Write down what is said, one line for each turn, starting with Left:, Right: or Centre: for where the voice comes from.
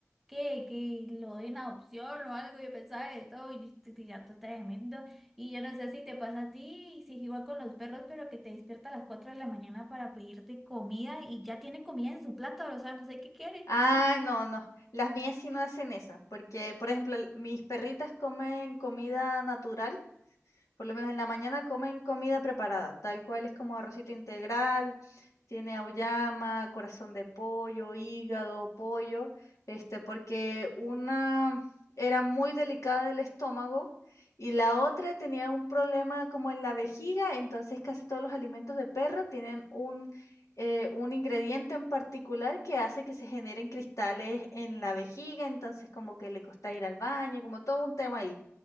Centre: que, que lo den a adopción o algo. Yo pensaba esto, y yo tenía todo tremendo. Y yo no sé si te pasa a ti, y si es igual con los perros, pero que te despierta a las 4 de la mañana para pedirte comida y ya tiene comida en su plato, o sea, no sé qué quiere.
Left: Ah, no, no. Las mías sí no hacen eso, porque, por ejemplo, l- mis perritas comen comida natural por lo menos en la mañana comen comida preparada, tal cual es como arrocito integral, tiene auyama, corazón de pollo, hígado, pollo, este, porque una era muy delicada del estómago y la otra tenía un problema como en la vejiga, entonces casi todos los alimentos de perro tienen un, eh, un ingrediente en particular que hace que se generen cristales en la vejiga, entonces como que le costaba ir al baño, como todo un tema ahí.